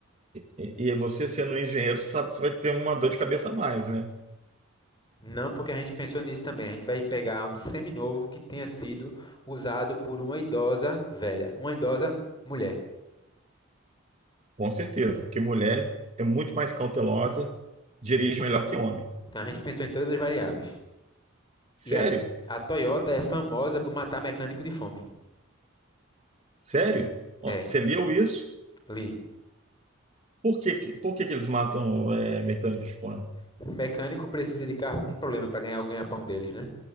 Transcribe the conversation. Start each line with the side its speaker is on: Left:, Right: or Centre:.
Right: E, e você sendo um engenheiro, você sabe que você vai ter uma dor de cabeça a mais, né?
Left: Não porque a gente pensou nisso também. A gente vai pegar um seminovo que tenha sido usado por uma idosa velha, uma idosa mulher.
Right: Com certeza, porque mulher é muito mais cautelosa, dirige melhor que homem.
Left: Então a gente pensou em todas as variáveis.
Right: Sério?
Left: E a, a Toyota é famosa por matar mecânico de fome.
Right: Sério? Ó,
Left: É,
Right: Você leu isso?
Left: li.
Right: Por que, que- por que que eles matam é, mecânico de fome?
Left: mecânico precisa de carro com problema para ganhar o ganha-pão deles, né?